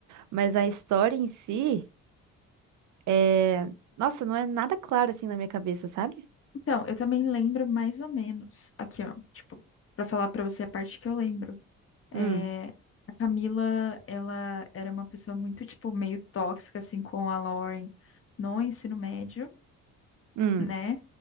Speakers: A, on the right; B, on the left.
A: mas a história em si é, nossa, não é nada claro assim na minha cabeça, sabe?
B: Então, eu também lembro mais ou menos. Aqui, ó. Tipo, pra falar pra você a parte que eu lembro.
A: Hum,
B: É, a Camila, ela era uma pessoa muito, tipo, meio tóxica, assim, com a Lauren no ensino médio,
A: hum,
B: né?